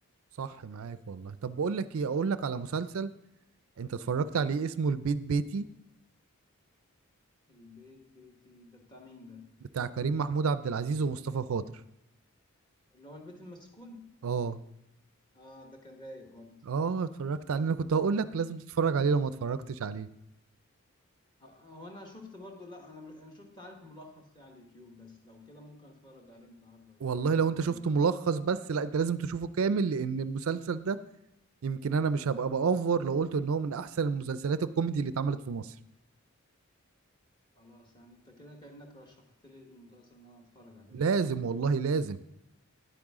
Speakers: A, on the right; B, on the left.
A: صح معاك والله طب بقول لك ايه اقول لك على مسلسل انت اتفرجت عليه اسمه البيت بيتي
B: البيت بيتي ده بتاع مين ده
A: بتاع كريم محمود عبد العزيز ومصطفى خاطر
B: اللي هو البيت المسكون
A: اه
B: اه ده كان رايق برضه
A: اه اتفرجت عليه انا كنت هقول لك لازم تتفرج عليه لو ما اتفرجتش عليه
B: ه- هو انا شفت برضو لا انا انا شفت عارف ملخص ليه على اليوتيوب بس لو كده ممكن اتفرج عليه النهارده ولا
A: والله
B: حاجه
A: لو
B: يبقى
A: انت شفته
B: انت
A: ملخص بس لا انت لازم تشوفه كامل لان المسلسل ده يمكن انا مش هبقى بأوفر لو قلت ان هو من احسن المسلسلات الكوميدي اللي اتعملت في مصر
B: خلاص يعني انت كده كانك رشحت لي المسلسل اللي انا اتفرج عليه
A: لازم
B: النهارده
A: والله لازم